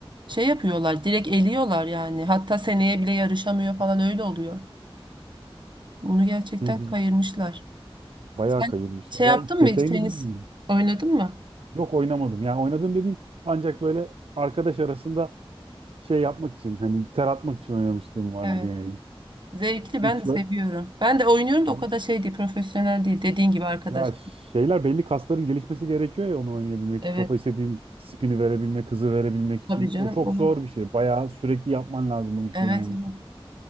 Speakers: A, on the right; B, on the right.
A: şey yapıyorlar direkt eliyorlar yani hatta seneye bile yarışamıyor falan öyle oluyor. Bunu gerçekten
B: Hı hı.
A: kayırmışlar.
B: Bayağı
A: Sen
B: kayılmışlar.
A: şey
B: Ben
A: yaptın
B: detayını
A: mı hiç tenis
B: bilmiyorum.
A: oynadın mı?
B: Yok oynamadım. Yani oynadım dediğim ancak böyle arkadaş arasında şey yapmak için hani ter atmak için oynamışlığım vardır
A: Evet.
B: yani.
A: Zevkli
B: Hiç
A: ben de seviyorum.
B: ö-
A: Ben de oynuyorum
B: Ben-
A: da o kadar şey değil profesyonel değil dediğin gibi arkadaş.
B: ya şeyler belli kasların gelişmesi gerekiyor ya onu oynayabilmek
A: Evet
B: için. Topa istediğin spini verebilmek, hızı verebilmek için.
A: tabii canım
B: O çok
A: o.
B: zor bir şey. Bayağı sürekli yapman lazım o işi
A: Evet
B: yani.
A: evet.